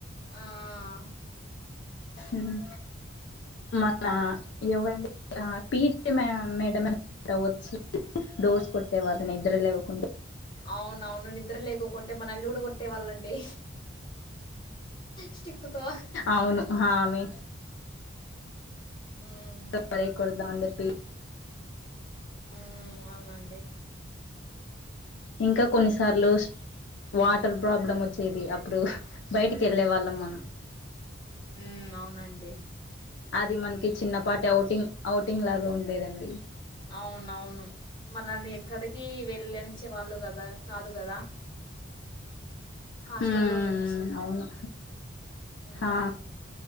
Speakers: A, on the left; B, on the left.
A: ఆహ్.
B: ఉమ్. మన ఎవరండి పీటి మేడం అని వచ్చి. డోర్స్ కొట్టే వాళ్ళు నిద్ర లేవకుంటే.
A: అవును అవును నిద్ర లేకుకుంటే మనల్ని కూడా కొట్టేవాళ్ళండి. స్టిక్కుతో
B: అవును ఆమె.
A: మ్మ్
B: అబ్బాయి కొడుతా ఉండే పిటి.
A: ఉమ్ అవునండి.
B: ఇంకా కొన్ని సా. సార్లు వాటర్ ప్రాబ్లం వచ్చేది అప్పుడు బయటికి వెళ్ళేవాళ్ళం మనం.
A: ఉమ్ అవునండి.
B: అది మనకి చిన్నపాటి అఔటింగ్ అఔటింగ్ లాగా ఉండేదండి.
A: ఔనవ్ ను మనల్ని ఎక్కడికి వెళ్ళనిచ్చేవాళ్ళు కదా కాదు కదా హాస్టల్
B: హ్మ్
A: లో నుంచి
B: అవును
A: హ్మ్
B: ఆ
A: ఉమ్